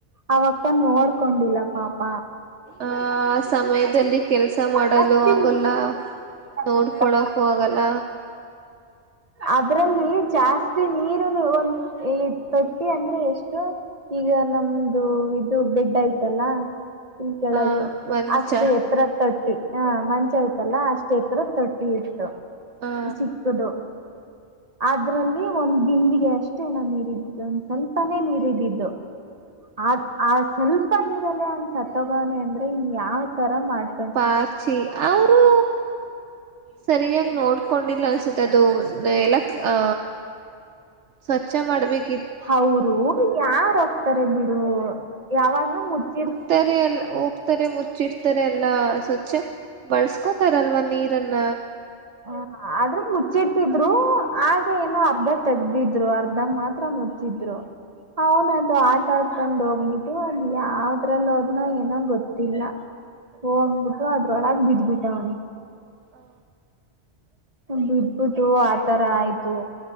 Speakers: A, on the right; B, on the right.
A: ಆವಕ್ಕ ನೋಡ್ಕೊಂಡಿಲ್ಲ ಪಾಪ.
B: ಆ ಸಮಯದಲ್ಲಿ ಕೆಲಸ ಮಾಡಲು
A: ಜಾಸ್ತಿ
B: ಆಗಲ್ಲ. ನೋಡ್ಕೊಳ್ಳಕು
A: ಗೊತ್ತಾ
B: ಆಗಲ್ಲ.
A: ಅದ್ರಲ್ಲಿ ಜಾಸ್ತಿ ನೀರುನು ಒಂದ್ ಈ ತೊಟ್ಟಿ ಅಂದ್ರೆ ಎಷ್ಟು ಈಗ ನಮ್ದು ಇದು ಬೆಡ್ ಐತಲ್ಲ. ಹ ಕೆಳಗೆ
B: ಆ ಮಂಚ
A: ಅಷ್ಟು ಎತ್ತರ ತೊಟ್ಟಿ. ಹಾ ಮಂಚ ಐತಲ್ಲ ಅಷ್ಟು ಎತ್ತರ ತೊಟ್ಟಿ ಇತ್ತು.
B: ಆ
A: ಚಿಕ್ಕದು ಅದ್ರಲ್ಲಿ ಒಂದ್ ಬಿಂದಿಗೆ ಅಷ್ಟೇ ಎನೊ ನೀರ ಇದಿದ್ದು. ಸ್ವಲ್ಪಾನೇ ನೀರಿದ್ದಿದ್ದು ಆ ಆ ಸ್ವಲ್ಪ ನೀರಲ್ಲೇ ಅವ್ನ್ ಸತ್ತೋಗವ್ನೆ ಅಂದ್ರೆ ಇನ್ ಯಾವ್ತರ ಮಾಡಿ
B: ಪಾಚಿ ಅವರು. ಸರಿಯಾಗಿ ನೋಡ್ಕೊಂಡಿಲ್ಲ ಅನ್ಸುತ್ತೆ ಅದು ಎಲ್ಲ ಆ ಸ್ವಚ್ಛ ಮಾಡ್ಬೇಕ್
A: ಹೌರು ಯಾರ ಹೋಗ್ತಾರೆ ಬಿಡು ಯಾವಾಗ್ಲು ಮುಚ್ಚಿ
B: ತ್ತರೆ ಎಲ್ಲ ಹೋಗ್ತಾರೆ ಮುಚ್ಚಿರ್ತಾರೆ ಎಲ್ಲಾ ಸ್ವಚ್ಛ ಬಳ್ಸ್ಕೋತಾರಲ್ವಾ ನೀರನ್ನ.
A: ಅ ಆದ್ರೆ ಮುಚ್ಚಿಡ್ತಿದ್ರು ಆಗ ಏನೋ ಅರ್ಧ ತೆಗ್ದಿದ್ರು ಅರ್ಧ ಮಾತ್ರ ಮುಚ್ಚಿದ್ರು. ಅವನ ಅದು ಆಟ ಆಡ್ಕೊಂಡ್ ಹೋಗ್ಬಿುಟ್ಟು ಅದ್ ಯಾವ್ದ್ರಲ್ಲ ಹೋದ್ನೋ ಏನೋ ಗೊತ್ತಿಲ್ಲ. ಹೋಗ್ಬಿಟ್ಟು ಅದ್ರೊಳಗ ಬಿದ್ಬಿಟ್ಟಾವನೆ.
B: ಅ
A: ಬಿಟ್ಬಿಟ್ಟು ಆತರ ಆಯ್ತು.